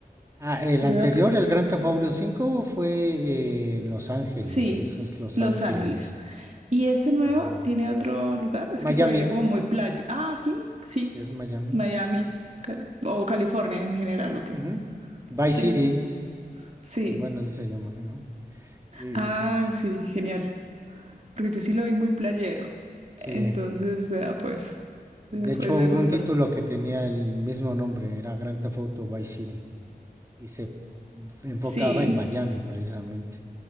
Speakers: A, on the right; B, on the right.
A: Ah, el
B: Yo
A: anterior,
B: ac-
A: el Grand Theft Auto 5, fue eh, en Los Ángeles.
B: Sí,
A: Eso es Los
B: Los
A: Ángeles.
B: Ángeles. ¿Y ese nuevo
A: Ajá.
B: tiene otro lugar? Es
A: Miami,
B: que se veía como muy playa. Ah, sí, sí.
A: es Miami.
B: Miami. Ca- O California en general, ¿o qué?
A: Ujú. Vice
B: Sí,
A: City,
B: sí.
A: bueno, eso se llama, ¿no? Y,
B: Ah, sí, genial. Porque yo sí lo vi muy playero.
A: sí.
B: Entonces, vea pues. Vea
A: De
B: pues,
A: hecho,
B: me
A: hubo
B: gusta.
A: un título que tenía el mismo nombre, era Grand Theft Auto Vice City, y se enfocaba
B: Sí.
A: en Miami precisamente,